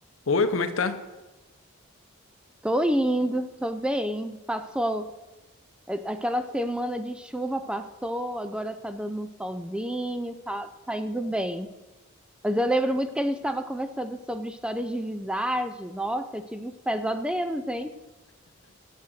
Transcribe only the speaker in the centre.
Tô indo, tô bem. Passou é, aquela semana de chuva, passou, agora tá dando um solzinho, tá, tá indo bem. Mas eu lembro muito que a gente estava conversando sobre histórias de visagem. Nossa, eu tive uns pesadelos, hein?